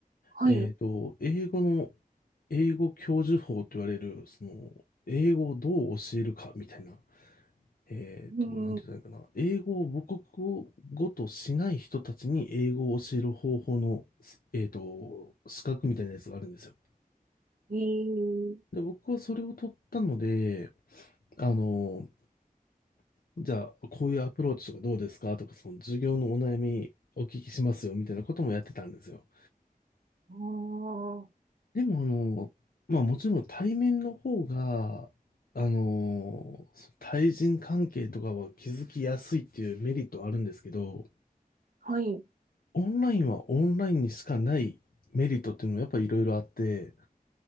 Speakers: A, on the right; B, on the left.
A: はい
B: えっと、英語の、英語教授法と言われる、その、英語をどう教えるかみたいな、えっと、
A: うん、
B: なんて言ったらいいかな。英語を母国語としない人たちに英語を教える方法の、えっと、資格みたいなやつがあるんですよ。
A: ええ
B: で、僕はそれを取ったので、あの、じゃあ、こういうアプローチとかどうですかとか、その授業のお悩みお聞きしますよ、みたいなこともやってたんですよ。
A: ああ、
B: でも、あの、まあもちろん対面の方が、あの、対人関係とかは気づきやすいっていうメリットはあるんですけど、
A: はい、
B: オンラインはオンラインにしかないメリットっていうのもやっぱりいろいろあって、